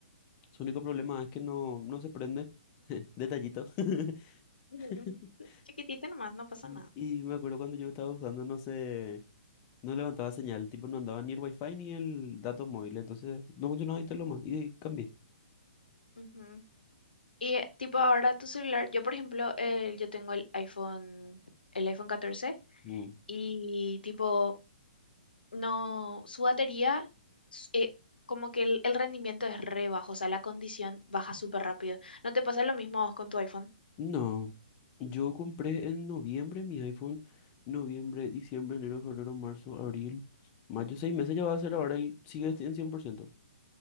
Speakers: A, on the left; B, on the left.
A: su único problema es que no, no se prende. <laughs> Detallito. <laughs>
B: <laughs> Chiquitito nomás, no pasa
A: Y
B: nada.
A: y me acuerdo cuando yo estaba usando, no sé, no levantaba señal, tipo no andaba ni el wifi ni el datos móviles, entonces no funcionaba y todo lo más, y cambié.
B: Ujú. Y eh, tipo ahora tu celular, yo por ejemplo, eh, yo tengo el iPhone, el iPhone 14
A: Mm.
B: y tipo, no, su batería, s- eh, como que el, el rendimiento es re bajo, o sea, la condición baja súper rápido. ¿No te pasa lo mismo a vos con tu iPhone?
A: No, yo compré en noviembre mi iPhone, noviembre, diciembre, enero, febrero, marzo, abril, mayo, seis meses ya va a ser ahora y sigue en cien por ciento